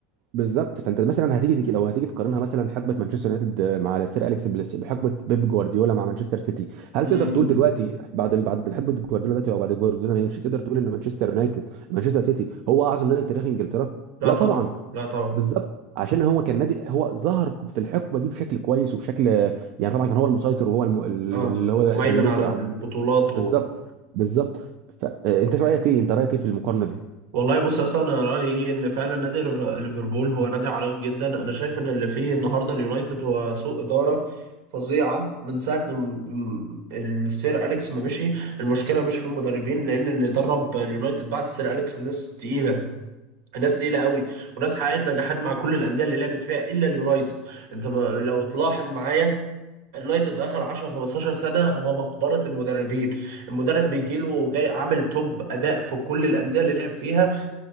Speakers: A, on the right; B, on the right.
A: بالظبط فانت مثلا هتيجي تيجي- لو هتيجي تقارنها مثلا حقبه مانشستر يونايتد مع سير اليكس بليس بحقبه بيب جوارديولا مع مانشستر سيتي هل
B: امم
A: تقدر تقول دلوقتي بعد ال- بعد حقبه جوارديولا دلوقتي او بعد جوارديولا ما يمشي تقدر تقول ان مانشستر يونايتد مانشستر سيتي هو اعظم نادي في تاريخ انجلترا
B: لا
A: لا
B: طبعا
A: طبعا
B: لا طبعا
A: بالظبط عشان هو كان نادي هو ظهر في الحقبه دي بشكل كويس وبشكل يعني طبعا كان هو المسيطر وهو الم... اللي
B: اه
A: هو
B: مهيمن
A: الدومينيتور
B: على البطولات
A: على بالظبط بالظبط فانت رايك ايه انت رايك ايه في المقارنه دي
B: والله بص يا اسطى انا رايي إيه؟ ان فعلا نادي ليف- ليفربول هو نادي عريق جدا انا شايف ان اللي فيه النهارده اليونايتد هو سوء اداره فظيعه من ساعه م- م- السير اليكس ما مشي المشكله مش في المدربين لان اللي درب اليونايتد بعد السير اليكس ناس تقيله ناس تقيله قوي وناس حققت نجاحات مع كل الانديه اللي لعبت فيها الا اليونايتد انت ما لو تلاحظ معايا اليونايتد في اخر 10 15 سنه هو مقبره المدربين المدرب بيجيله جاي عامل توب اداء في كل الانديه اللي لعب فيها